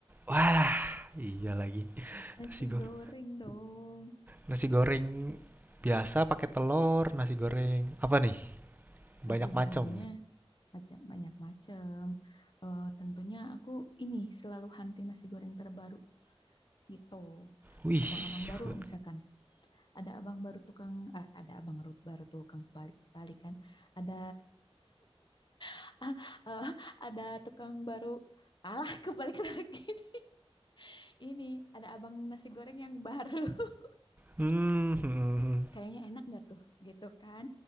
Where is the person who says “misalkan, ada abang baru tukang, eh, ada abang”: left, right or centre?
Left